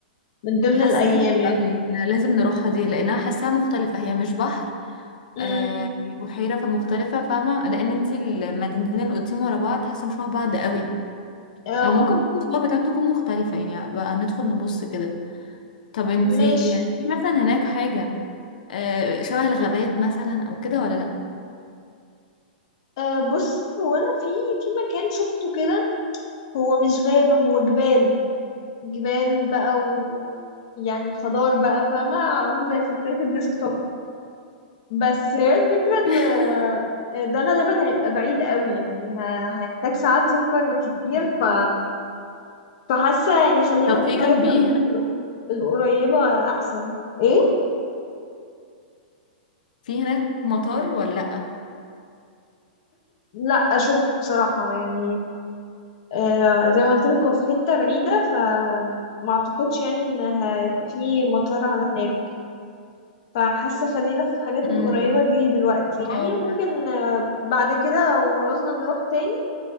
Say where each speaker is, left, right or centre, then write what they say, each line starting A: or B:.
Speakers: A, on the left; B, on the left.
A: من ضمن
B: حاسة
A: الأيام
B: دي
A: يعني
B: حلوة قوي لا، لازم نروحها دي لأنها حاساها مختلفة هي مش بحر
A: امم
B: آه، هي بحيرة فمختلفة فاهمة لأن انتي المدينتين اللي قلتيهم ورا بعض حاساها مش شبه بعض قوي
A: اه
B: أو ممكن الصور بتاعتهم تكون مختلفة يعني بقى ندخل نبص كده طب انتي
A: ماشي
B: في مثلا هناك حاجة آه، شبه الغابات مثلا او كده ولا لا
A: آه، بص هو أنا في في مكان شفته كده هو مش غابة هو جبال جبال بقى ويعني خضار بقى فاهمة عامل زي خلفية الديسكتوب بس هي الفكرة ان
B: <laughs>
A: آه، ده غالبا هيبقى بعيد قوي يعني ه- هيحتاج ساعات سفر كتير
B: مم.
A: ف... فحاسة يعني خلينا
B: طب
A: في
B: في
A: الحاجات
B: جنبيه
A: ال...
B: هناك
A: ال- القريبة أحسن ايه؟
B: في هناك مطار ولا لا
A: لا أشك بصراحة يعني آه زي ما قلت لك هو في حتة بعيدة ف ما اعتقدش يعني ان هيبقى في مطار على هناك فحاسة خلينا في الحاجات القريبة
B: امم
A: دي دلوقتي يعني
B: اه
A: وممكن آه، بعد كده لو عوزنا نروح تاني